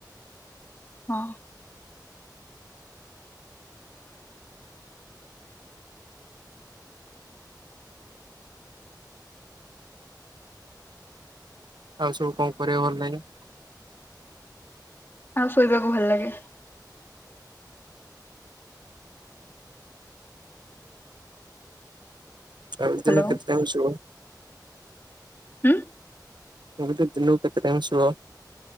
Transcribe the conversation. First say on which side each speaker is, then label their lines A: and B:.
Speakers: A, on the left; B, on the right.
A: ହଁ।
B: ଆଉ ସବୁ କଣ କରିବାକୁ ଭଲ ଲାଗେ?
A: ଆଉ ଶୋଇବାକୁ ଭଲ ଲାଗେ।
B: ଆ
A: ହ୍ୟାଲୋ
B: ଦିନକୁ କେତେ ଟାଇମ୍ ଶୁଅ?
A: ହୁଁ?
B: ମୁଁ ବି <unintelligible> ଦିନକୁ କେତେ ଟାଇମ୍ ଶୁଅ?